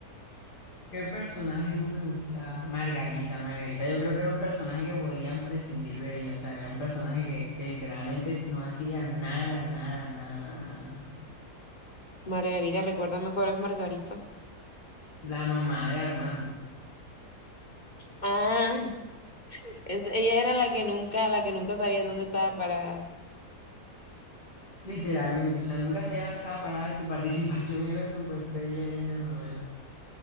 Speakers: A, on the left; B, on the left.
A: ¿Qué personaje no me gustaba? Margarita, Margarita. Yo creo que era un personaje que podían prescindir de ella. O sea, era un personaje que, que literalmente no hacía nada, nada, nada, nada, nada. nada.
B: Margarita, recuérdame cuál es Margarita.
A: La mamá de Armando.
B: Ah, es- ella era la que nunca, la que nunca sabía dónde estaba para.
A: Literalmente, o sea, nunca sabía dónde estaba parada y su participación <laughs> era súper bella ahí en la novela.